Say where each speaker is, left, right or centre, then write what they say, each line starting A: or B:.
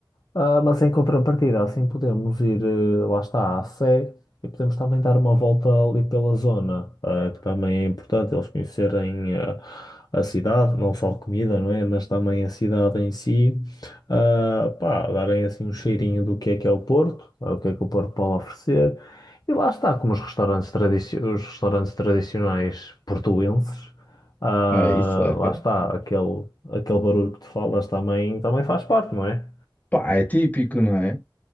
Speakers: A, on the left (about 55°); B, on the left (about 20°).
A: Ah, mas em contrapartida, assim podemos ir, eh, lá está, à Sé e podemos também dar uma volta ali pela zona, ah, que também é importante eles conhecerem ah, a cidade, não só a comida, não é? Mas também a cidade em si, Ah, pá, darem assim um cheirinho do que é que é o Porto, ah, o que é que o Porto pode oferecer. E lá está, como os restaurantes, tradici os restaurantes tradicionais portuenses, ah,
B: É isso, é.
A: lá está, aquele, aquele barulho que tu falas também, também faz parte, não é?
B: Pá, é típico, não é?